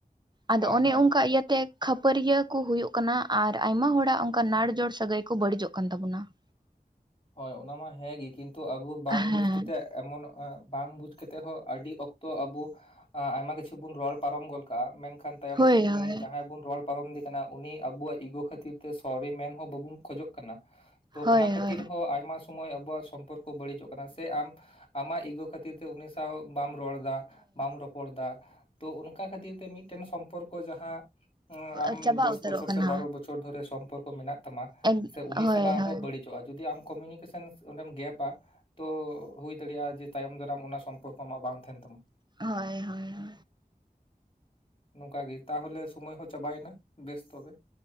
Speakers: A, on the right; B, on the left.
A: ᱟᱫᱚ
B: ᱦᱳᱭ
A: ᱚᱱᱮ
B: ᱦᱳᱭ
A: ᱚᱱᱠᱟ ᱤᱭᱟᱹᱛᱮ ᱠᱷᱟᱹᱯᱟᱹᱨᱤᱭᱟᱹ ᱠᱚ ᱦᱩᱭᱩᱜ ᱠᱟᱱᱟ ᱟᱨ ᱟᱭᱢᱟ ᱦᱚᱲᱟᱜ ᱾ ᱚᱱᱠᱟ ᱱᱟᱲᱡᱚᱲ ᱥᱟᱹᱜᱟᱹᱭ ᱠᱚ ᱵᱟᱹᱲᱤᱡᱚᱜ ᱠᱟᱱ ᱛᱟᱵᱚᱱᱟ ᱾
B: ᱦᱳᱭ ᱚᱱᱟ ᱢᱟ ᱦᱮᱸ ᱜᱮ ᱠᱤᱱᱛᱩ ᱟᱵᱚ ᱵᱟᱝ
A: ᱦᱮᱸ
B: ᱵᱩᱡᱽᱠᱟᱛᱮᱫ ᱾ ᱮᱢᱚᱱ ᱵᱟᱝ ᱵᱩᱡᱽᱠᱟᱛᱮᱫ ᱦᱚᱸ ᱟᱹᱰᱤ ᱚᱠᱛᱚ ᱟᱵᱚ ᱟᱭᱢᱟ ᱠᱤᱪᱷᱩ ᱵᱩᱱ ᱨᱚᱲ ᱯᱟᱨᱚᱢ ᱜᱚᱫ ᱠᱟᱜᱼᱟ ᱢᱮᱱᱠᱷᱟᱱ ᱛᱟᱭᱚᱢ
A: ᱦᱳᱭ
B: ᱛᱮ
A: ᱦᱳᱭ
B: ᱩᱱᱤ ᱡᱟᱦᱟᱸᱭ ᱵᱚᱱ ᱨᱚᱲ ᱯᱟᱨᱚᱢᱫᱮ ᱠᱟᱱᱟ ᱩᱱᱤ ᱟᱵᱚᱣᱟᱜ ᱤᱜᱚ ᱠᱷᱟᱹᱛᱤᱨ ᱛᱮ ᱥᱚᱵᱷᱤᱢᱟᱱ ᱦᱚᱸ ᱵᱟᱵᱚᱱ ᱠᱷᱚᱡᱚᱜ ᱠᱟᱱᱟ ᱛᱚ
A: ᱦᱳᱭ
B: ᱚᱱᱟ ᱠᱷᱟᱹᱛᱤᱨ
A: ᱦᱳᱭ
B: ᱟᱭᱢᱟ ᱥᱚᱢᱚᱭ ᱟᱵᱚᱣᱟᱜ ᱥᱚᱢᱯᱚᱨᱠᱚ ᱵᱟᱹᱲᱤᱡᱚᱜ ᱠᱟᱱᱟ ᱥᱮ ᱟᱢ ᱟᱢᱟᱜ ᱤᱜᱚ ᱠᱷᱟᱛᱤᱨ ᱛᱮ ᱩᱱᱤ ᱥᱟᱶ ᱵᱟᱢ ᱨᱚᱲ ᱫᱟ ᱵᱟᱢ ᱨᱚᱯᱚᱲ ᱮᱫᱟ ᱛᱚ ᱚᱱᱠᱟ ᱠᱷᱟᱹᱛᱤᱨ ᱛᱮ ᱢᱤᱫᱴᱮᱱ ᱥᱚᱢᱯᱚᱨᱠᱚ ᱡᱟᱦᱟᱸ ᱟᱢ
A: ᱦᱳᱭ ᱪᱟᱵᱟ
B: ᱫᱚᱥ
A: ᱩᱛᱟᱹᱨᱚᱜ
B: ᱵᱚᱪᱷᱚᱨ
A: ᱠᱟᱱᱟ
B: ᱥᱮ ᱵᱟᱨᱚ ᱵᱚᱪᱷᱚᱨ ᱫᱷᱚᱨᱮ ᱥᱚᱢᱯᱚᱨᱠᱚ ᱢᱮᱱᱟᱜ ᱛᱟᱢᱟ
A: ᱮᱠ
B: ᱥᱮ ᱩᱱᱤ
A: ᱦᱳᱭ
B: ᱥᱟᱞᱟᱜ
A: ᱦᱳᱭ
B: ᱦᱚᱸ ᱵᱟᱹᱲᱤᱡᱚᱼᱟ ᱾ ᱡᱩᱫᱤ ᱟᱢ ᱠᱚᱢᱤᱱᱤᱠᱮᱥᱚᱱ ᱚᱸᱰᱮᱢ ᱜᱮᱯᱟ ᱛᱚ ᱦᱩᱭ ᱫᱟᱲᱮᱭᱟᱜᱼᱟ ᱡᱮ ᱛᱟᱭᱚᱢ ᱫᱟᱨᱟᱢ ᱚᱱᱟ ᱥᱚᱢᱯᱚᱨᱠᱚ ᱟᱢᱟ ᱵᱟᱝ ᱛᱟᱦᱮᱱ ᱛᱟᱢᱟ ᱾
A: ᱦᱳᱭ ᱦᱳᱭ ᱦᱳᱭ
B: ᱱᱚᱝᱠᱟ ᱜᱮ ᱛᱟᱦᱚᱞᱮ ᱥᱳᱢᱳᱭ ᱦᱚᱸ ᱪᱟᱵᱟᱭᱮᱱᱟ ᱵᱮᱥ ᱛᱚᱵᱮ ᱾